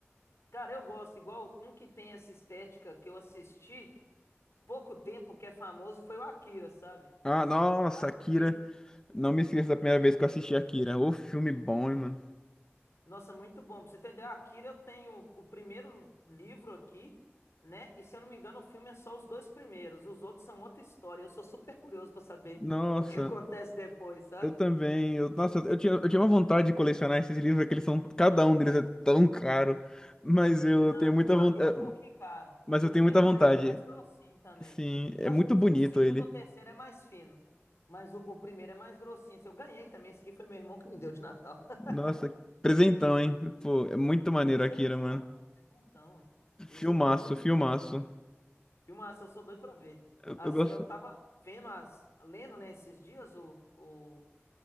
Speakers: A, on the left; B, on the left.
A: cara, eu gosto, igual um que tem essa estética que eu assisti. pouco tempo que é famoso foi o Akira, sabe?
B: Ah, nossa,
A: Eu acho
B: Akira.
A: incrível.
B: Não me esqueço da primeira vez que eu assisti Akira. Ô, filme bom, hein, mano?
A: Nossa, muito bom. Pra você entender, o Akira eu tenho o primeiro livro aqui, né? E se eu não me engano, o filme é só os dois primeiros. Os outros são outra história. Eu sou super curioso pra saber
B: Nossa,
A: o que acontece depois, sabe?
B: eu também. Eu, nossa, eu tinha, eu tinha uma vontade de colecionar esses livros, porque eles são. Cada um deles é tão caro. Mas eu
A: Não,
B: tenho muita
A: o
B: vontade.
A: Akira é um pouquinho caro.
B: Mas
A: O
B: eu tenho
A: primeiro
B: muita vontade.
A: ele é mais grossinho também.
B: Sim, é
A: Eu
B: muito
A: Acho que o
B: bonito
A: o segundo
B: ele.
A: ou terceiro é mais fino. Mas o, o primeiro é mais grossinho. Esse Eu ganhei também. Esse aqui foi meu irmão que me deu de Natal.
B: Nossa, presentão,
A: <laughs>
B: hein? Pô, é muito maneiro
A: Presentão,
B: Akira, mano.
A: é, presentão, é.
B: Filmaço,
A: Esse foi presente.
B: filmaço.
A: Filmaço, eu sou doido pra ver.
B: Eu,
A: Assim,
B: eu gosto.
A: eu tava vendo as, lendo, né, esses dias o, o,